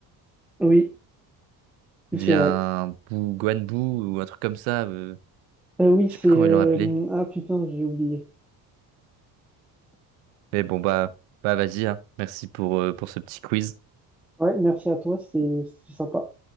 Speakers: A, in the centre; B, on the right.
A: oui,
B: Il
A: c'est
B: devient
A: vrai.
B: un Buu, Guan Buu, ou un truc comme ça. euh,
A: Euh, oui,
B: Je
A: c'est...
B: sais plus comment
A: euh,
B: ils l'ont appelé.
A: Ah putain, j'ai oublié.
B: Mais bon, bah, bah, vas-y, hein. Merci pour, euh, pour ce petit quiz.
A: Ouais, merci à toi, c'était c'était sympa.